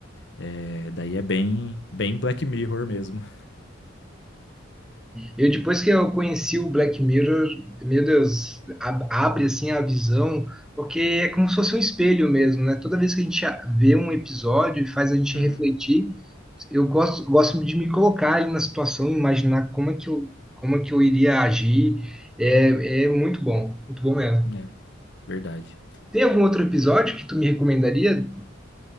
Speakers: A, on the left; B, in the centre.
A: é, daí é bem, bem Black Mirror mesmo.
B: Eu depois que eu conheci o Black Mirror, meu Deus, ab- abre assim a visão, porque é como se fosse um espelho mesmo, né? Toda vez que a gente a- vê um episódio e faz a gente
A: Uhum.
B: refletir, eu gosto, gosto de me colocar ali na situação, imaginar como é que eu, como é que eu iria agir. É, é muito bom, muito bom mesmo.
A: <laughs> É, verdade.
B: Tem algum outro episódio que tu me recomendaria?